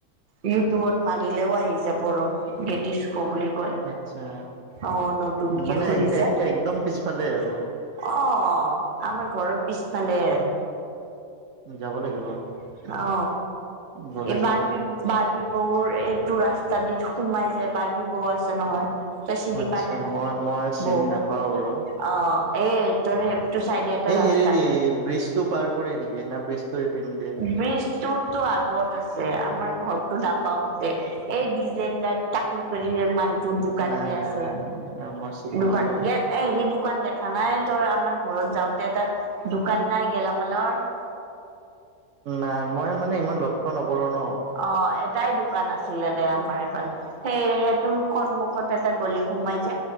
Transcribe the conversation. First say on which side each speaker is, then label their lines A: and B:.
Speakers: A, on the right (about 40°); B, on the right (about 65°).
A: ইউটিউবত মাৰিলেও আহি যাব ৰ গেটিস্ক বুলি কৈ
B: আচ্ছা
A: অহ নতুনকে
B: মানে
A: খুলিছে।
B: এক
A: অ
B: একদম পিছফালে আৰু
A: আমাৰ ঘৰৰ পিছফালে।
B: যাব লাগিব।
A: অ
B: গ'লে
A: এইবাৰ
B: যাব লাগিব
A: - বাৰ্বি বৌ এইটো ৰাস্তা দিত সোমাই যায় বাৰ্বি বৌ আছে নহয়। তই চিনি
B: আচ্ছা
A: পাই নে নাই
B: মই মই চিনি
A: বৌক
B: নাপাও বাৰু
A: অ এই তোৰ -তোৰ চাইডে এটা ৰাস্ত-
B: হেৰি এই ব্ৰিজটো পাৰ কৰি নেকি না ব্ৰিজটো এইপিনে দি?
A: ব্ৰিজটো তোৰ আগত আছে, আমাৰ ঘৰটো নাপাওতে। এই ডিজাইদাৰ, তাকলু কৰি মানুহ- টো দোকান
B: নাই
A: যে
B: নাই
A: আছে।
B: নাই নাই নাই মই চিনি
A: দোকান
B: নাপাওঁ
A: গে এই হেৰি দোকান দেখা নাই তই আমাৰ ঘৰত যাওঁতে, এটা দোকান নাই গেলামালৰ।
B: নাই, মই মানে ইমান লক্ষ্য নকৰোঁ ন।
A: অ, এটাই দোকান আছিলে দে আমাৰ এইফাল সেই- সেইটো সন্মুখত এটা গলি সোমাই যে